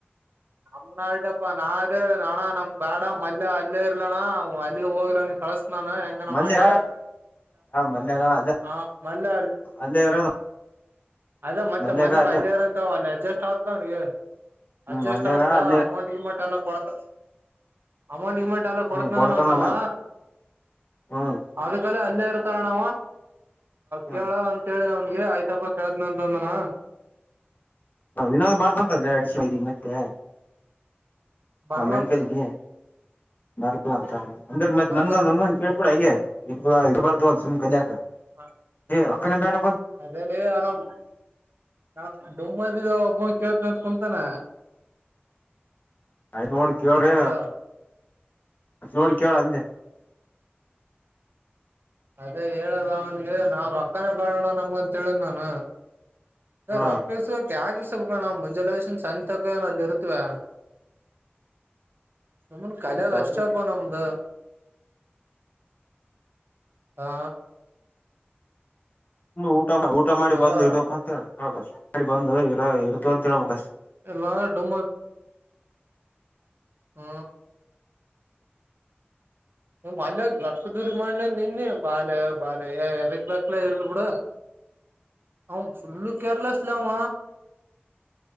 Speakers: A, on the right (about 60°); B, on the left (about 45°).
A: ನಮನ್ ಆಯಟಪ್ಪಾ ನಾ ಅ ಹೇಳ ಅಣ್ಣ ನಮ್ ಬ್ಯಾಡ ಮಲ್ಲ ಅಲ್ಲೇ ಇರ್ಲಣ ಅಲ್ಲಿಗೆ ಹೋಗ್ಲ ಅವ ಕಳಸ್ತ ನಾನ ಹೆಂಗನ
B: ಮಲ್ಯ
A: ಮಾಡಿ
B: ಮಲ್ಯಾಗ ಅ
A: ಹಾ ಮೊನ್ನೆ
B: ಅಲ್ಲೇ ಇರೋನು
A: ಅದ ಮತ್ತೆ
B: ಮಲ್ಯಾಗ
A: ಮೊನ್ನೆ
B: ಅಲ್ಲೇ
A: ಅಲ್ಲಿ ಇರಂತ ಅಲ್ಲಿ ಅಡ್ಜಸ್ಟ್ ಆತಗೆ
B: ಹ್ಮ್
A: ಅಡ್ಜಸ್ಟ್
B: ಮಲ್ಯಾಗ
A: ಆತ
B: ಅಲ್ಲೇ
A: ಅಮೌಂಟ್ ಎಲ್ಲ ಕೊಡ್ತಾನ ಅಮೌಂಟ್ ಗಿಮೌಂಟ್ ಎಲ್ಲ ಕೊಡ್ತೀನಿ
B: ಹ್ಮ್ ಕೊಡ್ತಾನಲ್ಲ
A: ಅಂತ ಅವ
B: ಹ್ಮ್
A: ಅದೇ ತಾರಾ ಇಲ್ಲೇ ಇರ್ತಾರಣ್ಣ
B: ಹ
A: ಕೇಳ ಅಂತೇಳಿ ನಿಮಗೆ ಆಯ್ತಪ್ಪ ಕೇಳ್ತನಂತ ಅಂದನ
B: ಹಾ ವಿನೋದ್ ಬಾರತಂತಲ್ ಅಡಿಸಿದಿಗೆ ಮತ್ತೆ
A: ಬರ್ಲಂತ
B: ಹಾ ಮೆಡಿಕಲ್ಗೆ ಬರಲ್ಲ ಅಂತ ಅಂದ್ರೆ
A: ಬರ್ಲತ್
B: ನಂದ ಕೇಳ್ಬಿಡ ಹಂಗೆ ಇದ್ದು ಬರ್ತಾವಿ ಅಂತ ಸುಮ್ ಕಲಿಯಕ್ಕಾ
A: ಹಾ
B: ರೊಕ್ಕನೆ ಬೇಡ
A: ಅದೇಲೇ ಅಣ್ಣ ಒಬ್ಬ ಕೇಳ್ತನಂತ ಕುಂತಾನ
B: ಅಯ್ ನೋಡಿ ಕೇಳ್ರಿ
A: ಹಲೋ
B: ಮತ್ ನೋಡಿ ಕೇಳ ಅಂದೆ
A: ಅದೇ ಹೇಳದ ಅವನ್ಗೆ ನಾವ ರೊಕ್ಕಾನ ಬಾಳೋಣ ನಮಗಂತ ಹೇಳಿದ್ ನಾನ
B: ಹಾ
A: ರಕ್ ಯ ೋಣ ಮುಂಜಾಲಷನ್ ಸ ತಕನಲ್ಲಿ ಇರುತ್ವೆ ಒಮ್ಮನ್ ಕಲಿಯದ್
B: ಕೊಡ್ಲಿಕ್ಕೆ
A: ಅಷ್ಟಪ್ಪ ನಮ್ದ ಹಾ
B: ಹ್ಮ ಊಟ ಊಟ ಮಾಡಿ
A: ಅಲೋ
B: ಬಂದು ಇರಪ್ಪ ಅಂತ ಹೇಳ್ಬ ಮಾಡಿ ಬಂದು ಇರ ಇರ್ತ ಅಂತ ಹೇಳ್ಬಬೇಕ ಅಷ್ಟೆ
A: ಎಲ್ಲಾ ಡೊಮ ಹ್ಮ ಮಲ್ಲಷ್ಟ ಮಣ್ಣ ನಿನ್ನೆ ಬಾಲೆ ಬಾಲ ಅದ ಬಕ್ಲ ಇರ್ಲಿ ಬಿಡ ಹ ಲ್ ಕೆರ್ಲಸ್ಲ್ಲಿಾವ